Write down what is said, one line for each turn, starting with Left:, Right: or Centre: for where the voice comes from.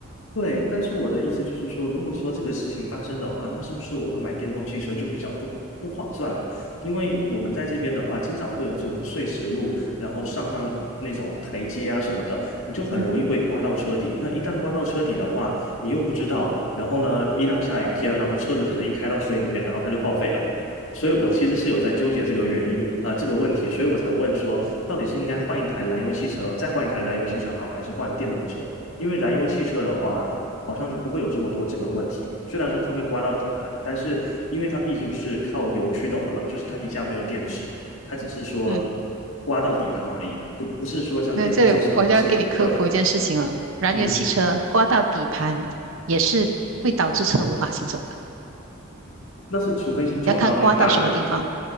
Left: 对，但是我的意思就是说，如果说这个事情发生的话，那是不是我们买电动汽车就比较不不划算了？因为我们在这边的话，经常会有这种碎石路，然后上上那种台阶啊什么的，你就很容易会刮到车底。
Right: 嗯哼，
Left: 那一旦刮到车底的话，你又不知道，然后呢，一到下雨天，然后车子可能一开到水里面，然后它就报废了。所以我其实是有在纠结这个原因啊、呃这个问题，所以我才问说，到底是应该换一台燃油汽车，再换一台燃油汽车好，还是换电动车？因为燃油汽车的话，好像就不会有这么多这个问题。虽然说它会刮到底盘，但是因为它毕竟不是靠油驱动的嘛，就是它底下没有电池，它只是说
Right: 嗯，
Left: 刮到底盘而已，就不是说像电动汽车是对，
Right: 那这里我就要给你科普一件事情了，燃油汽车刮到底盘也是会导致车无法行走的，
Left: 嗯，那是除非是撞到那个大梁
Right: 要看刮到什么地方。